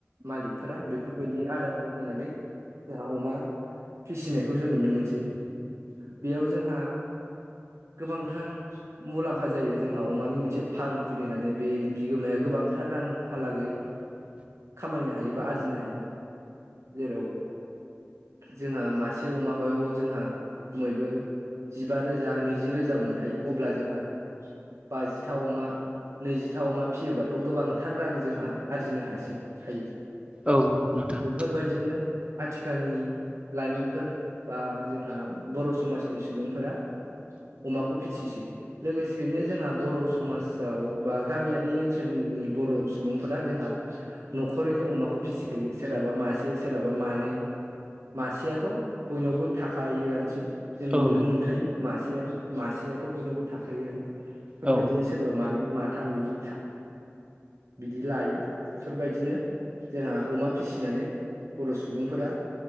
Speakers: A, on the right; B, on the right.
A: मालिक फोर बेफोरबायदि आदारखौ होनानै जोंहा अमा फिसिनायखौ जों नुनो मोनसै बेयाव जोंहा गोबांथार मुलाम्फा जायो जोंहा अमानि मोनसे फार्म खुलिनानै बेनि बिगोमाया गोबांथार रांहालागै
B: <inaudible>
A: खामायनो हायो बा आरजिनो हायो जेराव जोंहा मासे अमायाव जोंहा खमैबो जिबा रोजा नैजि रोजा मोनखायो अब्ला जोंहा बाजिथाव मा नैजिथा अमा फिसियोबाथ' गोबांथार रां जोंहा आरजिनो हायासै हायो।
B: औ नोंथां
A: बेफोरबायदिनो आथिखालनि लाइमोनफोर बा जोंहा बर' समाजनि सुबुंफोरा अमाखौ फिसिसो। लोगोसेयैनो जोंहा बर' समाजाव बा गामियारि ओनसोलनि बर' सुबुंफोरा जोंहा हरैनो अमाखौ फिसिखायो सोरहाबा मासे सोरहाबा मानै मासेयाथ' बयनावबो थाखायोआनोसै जों
B: औ
A: नुनो मोनखायो मासेया मासेयाथ' बयनावबो थाखायोआनो बेफोरबायदिनो
B: औ
A: सोरबा मानै माथाम बिदि बिदि लायो बेफोरबायदिनो जोंहा अमा फिसिनानै बर' सुबुंफोरा